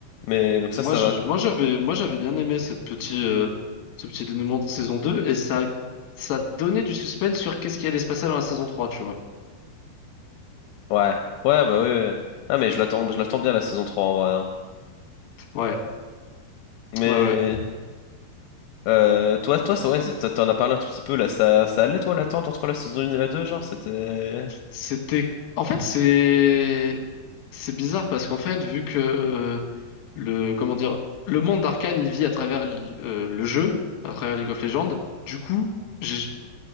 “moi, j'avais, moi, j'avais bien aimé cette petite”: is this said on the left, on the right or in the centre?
Left